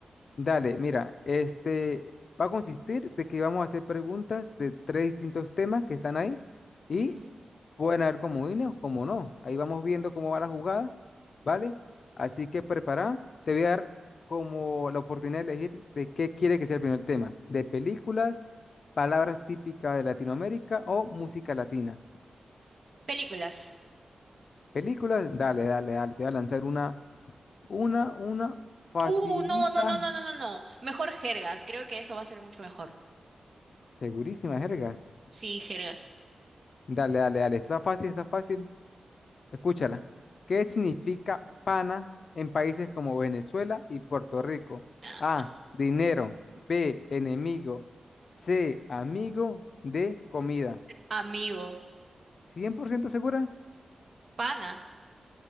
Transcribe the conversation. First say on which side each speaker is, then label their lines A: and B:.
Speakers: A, on the left; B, on the right.
A: Dale, mira, este va a consistir de que vamos a hacer preguntas de tres distintos temas que están ahí y
B: Ujú.
A: pueden haber comodines o como no. Ahí vamos viendo cómo va la jugada, ¿vale? Así que prepara, te voy a dar como la oportunidad de elegir de qué quiere que sea el primer tema, de películas, palabras típicas de Latinoamérica o música latina.
B: Películas.
A: Películas, dale, dale, dale, te voy a lanzar una, una, una facilita,
B: Uh, no, no, no, no, no, no, no. Mejor jergas. Creo que eso va a ser mucho mejor.
A: segurísima, jergas.
B: Sí, jerga.
A: Dale, dale, dale. Está fácil, está fácil. Escúchala. ¿Qué significa pana en países como Venezuela y Puerto Rico?
B: Ah,
A: A, dinero. B, enemigo. C, amigo. D, comida.
B: Amigo.
A: Cien por ciento segura?
B: Pana.